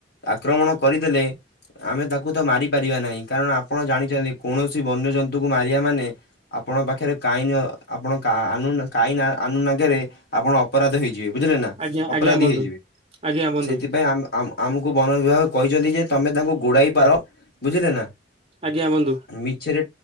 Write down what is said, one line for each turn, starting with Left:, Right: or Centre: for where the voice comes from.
Left: ଆକ୍ରମଣ କରିଦେଲେ ଆମେ ତାକୁ ତ ମାରି ପାରିବା ନାହିଁ କାରଣ ଆପଣ ଜାଣିଛନ୍ତି। କୌଣସି ବନ୍ୟଜନ୍ତୁ କୁ ମାରିବା ମାନେ ଆପଣଙ୍କ ପାଖରେ କାଇନ ଆପଣ କାନୁନ କାଇନ କାନୁନ ଆଗରେ ଆପଣ ଅପରାଧ ହେଇଯିବେ। ବୁଝିଲେ ନା
Right: ଆଜ୍ଞା
Left: ଅପରାଧୀ
Right: ଆଜ୍ଞା ବନ୍ଧୁ
Left: ହେଇଯିବେ
Right: ଆଜ୍ଞା ବନ୍ଧୁ
Left: ସେଥିପାଇଁ ଆମ ଆମ ଆମକୁ ବନ ବିଭାଗ କହିଛନ୍ତି ଯେ ତମେ ତାଙ୍କୁ ଗୋଡାଇ ପାର ବୁଝିଲେ ନା।
Right: ଆଜ୍ଞା ବନ୍ଧୁ।
Left: ମିଛରେ